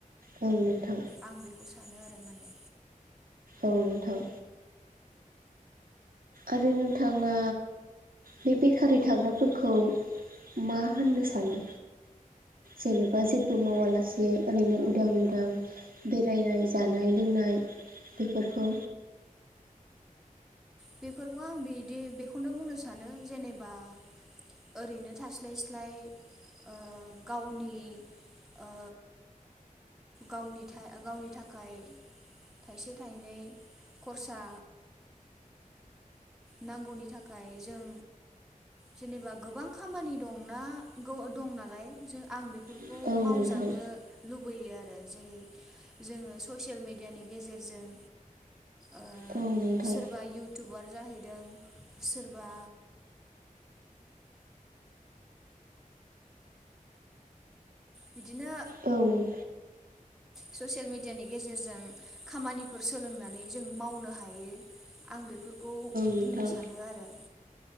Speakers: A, on the right (about 85°); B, in the centre.
A: औ नोंथां
B: आं बेखौ सानो आरो माने
A: औ नोंथां। आरो नोंथाङा बे बेकारि थाग्राफोरखौ मा होननो सानो। जेनेबा जेबो मावालासे ओरैनो उदां उदां बेरायनाय जानाय लोंनाय बेफोरखौ।
B: बेफोरखौ आं बिदि बेखौनो बुंनो सानो जेनेबा ओरैनो थास्लाय स्लाय ओ गावनि ओ गावनि थाय गावनि थाखाय थाइसे थाइनै खरसा नांगौनि थाखाय जों जेनेबा गोबां खामानि दंना दं नालाय जों आं बेफोरखौ
A: औ
B: खौ मावजानो
A: नोंथां
B: लुबैयो आरो जेरै जोङो ससियेल मेडियानि गेजेरजों ओ
A: औ नोंथां
B: सोरबा इउटुबार जाहैदों सोरबा बिदिनो
A: औ
B: ससियेल मिडियानि गेजेरजों खामानिफोर सोलोंनानै जों मावनो हायो। आं बेफोरखौ
A: नोंथां
B: बुंनो सानो आरो